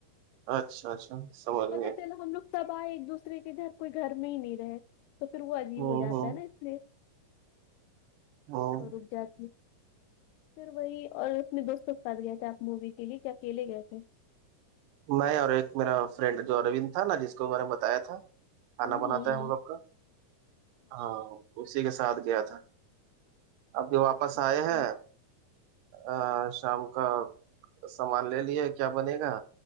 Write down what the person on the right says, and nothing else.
اچھا اچھا سمجھ
گیا
ہوں
ہوں
ہوں
میں اور ایک میرا فرینڈ جو اروند تھا نا جس کو میں نے بتایا تھا
کھانا
بناتا
ہے ہم لوگ کا ہاں اسی کے ساتھ گیا تھا اب بھی واپس
آئے ہیں ا شام کا سامان لے لیے کیا بنے گا